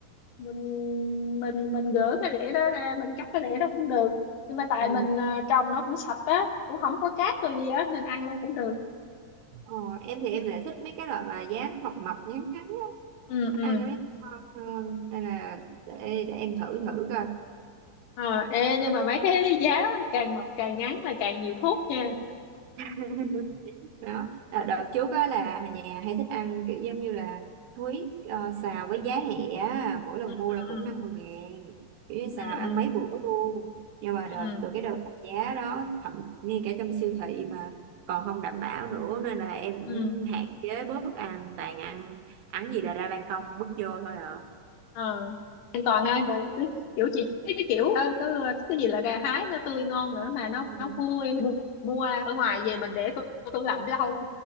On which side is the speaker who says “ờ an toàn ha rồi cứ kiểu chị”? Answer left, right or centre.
Left